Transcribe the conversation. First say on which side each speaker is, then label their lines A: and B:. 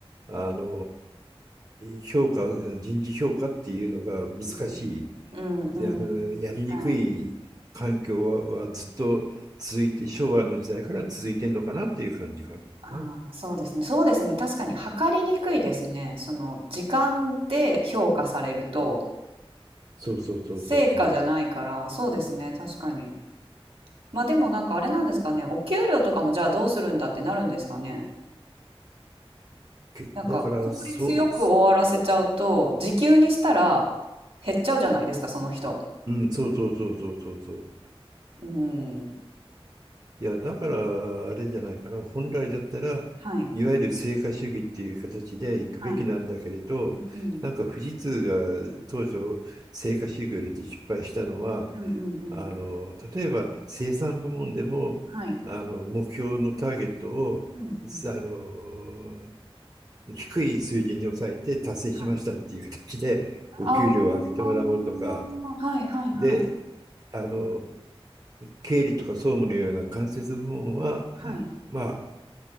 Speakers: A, on the right; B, on the right.
A: あの、評価、人事評価っていうのが難しい
B: うんうんうん。うんうんうん。
A: で、あの、やりにくい環境は、
B: はい。
A: はずっと続いて、昭和の時代から続いてんのかなっていう感じかな。
B: ああ、そうですね。そうですね。確かに測りにくいですね。その時間で評価されると
A: そうそうそうそうそう。
B: 成果じゃないから、そうですね。確かに。まあでもなんかあれなんですかね。お給料とかもじゃあどうするんだってなるんですかね。
A: けだから、
B: なんか効率よく終わらせちゃうと時給にしたら
A: そう、
B: 減っちゃうじゃないですか、その人。
A: うん、そうそうそうそうそうそう。
B: うん。
A: いや、だから、あれじゃないかな。本来だったら、
B: はい。
A: いわゆる成果主義っていう形で行くべきなんだけれど、
B: はい。うんうん。
A: なんか富士通が当初、成果主義を入れて失敗したのは、
B: うんうんうん。
A: あの、例えば生産部門でも、
B: はい。
A: あの、目標のターゲットを、
B: うんうん。
A: あの、低い水準に抑えて達成しましたっていう形で、
B: はい。
A: お給料を上げてもらおうとか、
B: ああ、はいはいはい。
A: で、あの経理とか総務のような間接部門は、
B: はい。
A: まあ、